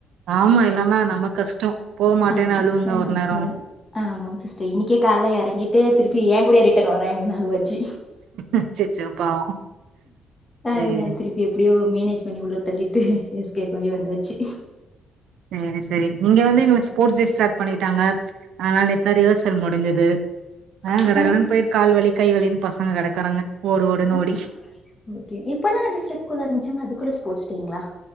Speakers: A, on the right; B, on the left.
A: ஆமா இல்லன்னா நமக் கஷ்டம் போக மாட்டேன்
B: ஆமா
A: அழுவுங்க ஒரு
B: அது
A: நேரோ
B: அது ஆமாங்க சிஸ்டர் இன்னிக்கே கால்ல எறங்கிட்டு திருப்பி ஏங்கூடயே ரிட்டர்ன் வரான் என்ன அழுவாச்சி
A: அச்சச்சோ பாவோ சேரி
B: அதனால திருப்பி எப்டியோ மேனேஜ் பண்ணி உள்ள தள்ளிட்டு எஸ்கேப் ஆகி வந்தாச்சு
A: சேரி சேரி இங்க வந்து எங்ளுக்கு ஸ்போர்ட்ஸ் டே ஸ்டார்ட் பண்ணிட்டாங்க அதனால நேத் துதா ரிகர்சல் முடிஞ்சது ஆ
B: பசங்க
A: கடகடன்னு போய் கால்வலி கை வலின்னு பசங்க கெடக்குறாங்க ஓடு ஓடுன்னு
B: ஆ
A: ஓடி
B: ஓகே இப்பதான சிஸ்டர் ஸ்கூல் ஆரம்பிச்சாங்க அதுக்குள்ள ஸ்போர்ட்ஸ் டேங்ளா